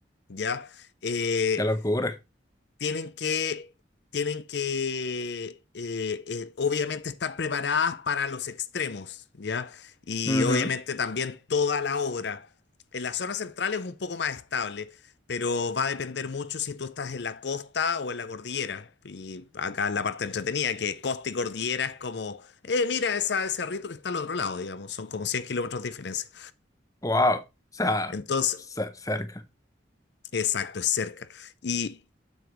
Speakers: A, on the left; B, on the left.
A: ¿ya? Eh,
B: qué locura.
A: tienen que, tienen que eh, eh, obviamente estar preparadas para los extremos, ¿ya? Y
B: Ujú,
A: obviamente también toda la obra. En la zona central es un poco más estable, pero va a depender mucho si tú estás en la costa o en la cordillera. Y acá es la parte entretenida, que costa y cordillera es como, eh, mira esa, ese rito que está al otro lado, digamos, son como 100 kilómetros de diferencia.
B: Wow, o sea,
A: Entonces,
B: cer- cerca,
A: exacto, es cerca. Y,